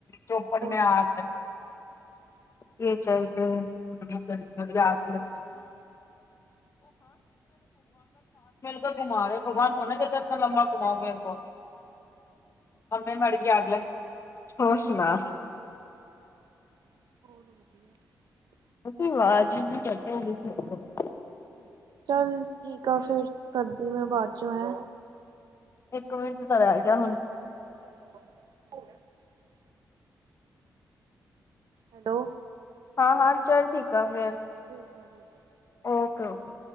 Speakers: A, on the left (about 40°); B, on the right (about 75°).
A: ਚੌਪੜ
B: ਹੋਰ
A: ਮੈਂ
B: ਵਧੀਆ
A: ਆ ਇਹ ਚੱਲਦੇ <unintelligible> ਤਾਜ ਮਹਿਲ
B: ਕੁਛ ਨੀ
A: ਕ ਘੁਮਾ ਰਹੇ ਭਗਵਾਨ ਪਣੇ ਇਨਾ ਲੰਬਾ ਘੁਮਾਓਂਗੇ ਬਹੁਤ ਉਹਮੇ ਮੜਗੇ ਆਲ ਹੋਰ ਸੁਣਾ
B: <unintelligible>
A: ਅਸੀਂ ਆਵਾਜ਼ ਹੀ ਕਟ ਸੀ
B: ਚੱਲ ਠੀਕ ਆ ਫਿਰ ਕਰਦੀ ਮੈਂ ਬਾਅਦ ਚੋਂ ਹੈ
A: ਇੱਕ ਮਿੰਟ ਤਾਂ ਰਹਿ ਗਿਆ ਹੁਣ
B: <inaudible> ਹੈਲੋ
A: ਹਾਂ ਹਾਂ ਚੱਲ ਠੀਕ ਆ ਫਿਰ
B: ਠੀਕ ਹੈ
A: ਓਕੇ ਓਕੇ